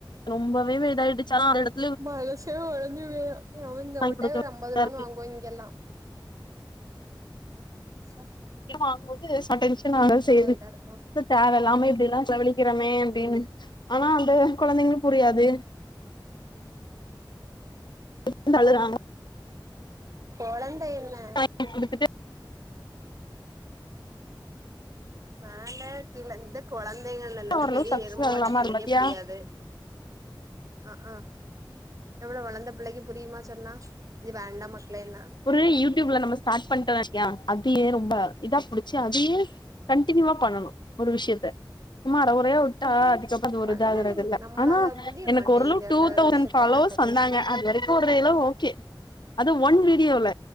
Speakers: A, on the left; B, on the right.
A: ரொம்பவே இதா இதாயிடுச்சு <unintelligible>
B: மனசே ஒடஞ்சி போய்ரு இவ் இந்த
A: வாங்கி
B: முட்டாய்
A: கொடுக்க
B: ஒரு அம்பது ரூவான்னு
A: இருக்கு
B: வாங்குவோ இங்கெல்லா ச
A: எட வாங்கும்போது சம் டென்சன் ஆகதா செய்யுது
B: இதா
A: துக்கு
B: இருக்கு
A: தேவ இல்லாமே இப்டிலா செல வழிக்கிறமே அப்டினு
B: ம்
A: ஆனா வந்து கொழந்தைங்ளுக்கு புரியாது <unintelligible>
B: கொழந்தைன்ன
A: அ குடுத்துட்டு
B: மேல கீழ இந்த கொழந்தைங்கள்லலருந்து
A: ஓரளவு
B: பெரிய
A: சக்சஸ்
B: எருமமாட்டு
A: ஆகலாமா
B: பிள்ளைக்கே
A: பாத்தியா
B: புரியாது அ ஆ எவ்ளோ வளந்த பிள்ளைக்கு புரியுமா சொன்னா இது வேண்டா மக்ளேன்னா
A: ஒரு யூட்யூப்ல நம்ம ஸ்டார்ட் பண்ட்டோ வச்சிக்யே அதுயே ரொம்ப இதா புடிச்சு அதயே கண்டினியூவா பண்ணணு ஒரு விஷ்யத்த சும்மா அரகொறையா ஒரு வுட்டா அதுக்கப்ற அது ஒரு
B: பண்ணவே
A: இதாகுறது
B: முடி
A: இல்ல
B: நம்மளால
A: ஆனா
B: முடிய
A: எனக்கு
B: மாட்டேங்குது
A: ஒரளுவு டூ
B: அந்த ஒரு
A: தவுசன்
B: விஷயத்த
A: ஃபாலோவர்ஸ்
B: கண்டினியூஷனா
A: வந்தாங்க அது வரைக் வரைக்கும் க்கு ஓரளவு ஓகே அது ஒன் வீடியோல